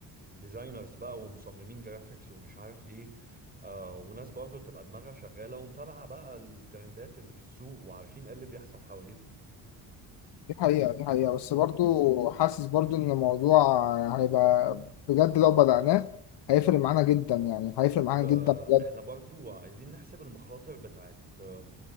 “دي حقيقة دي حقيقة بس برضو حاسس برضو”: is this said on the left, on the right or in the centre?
Left